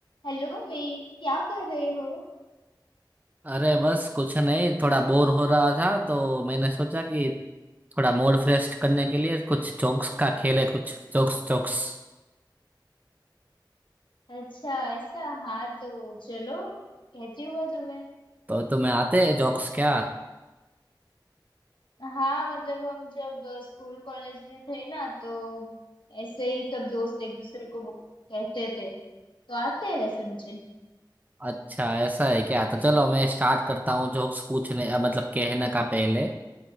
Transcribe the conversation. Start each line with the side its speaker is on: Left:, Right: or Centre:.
Left: Hello Meet क्या कर रहे हो
Right: अरे बस कुछ नहीं थोड़ा बोर हो रहा था तो मैंने सोचा कि थोड़ा मूड फ्रेश करने के लिए कुछ जोक्स का खेल है कुछ जोक्स जोक्स
Left: अच्छा ऐसा हाँ तो चलो कहती हूँ मैं तुम्हें
Right: तो तुम्हें आते हैं जोक्स क्या
Left: हाँ मतलब हम जब स्कूल कॉलेज में थे ना तो ऐसे ही सब दोस्त एक दूसरे को वो- कहते थे तो आते हैं वैसे मुझे
Right: अच्छा ऐसा है क्या तो चलो मैं स्टार्ट करता हूँ जोक्स पूछने अ, मतलब कहने का पहले